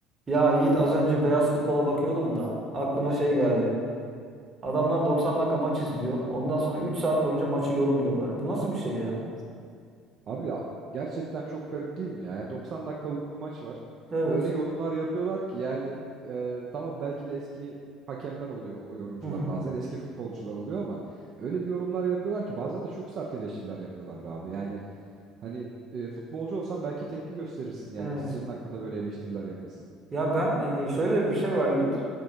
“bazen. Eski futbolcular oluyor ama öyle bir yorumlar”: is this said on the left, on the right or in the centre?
Right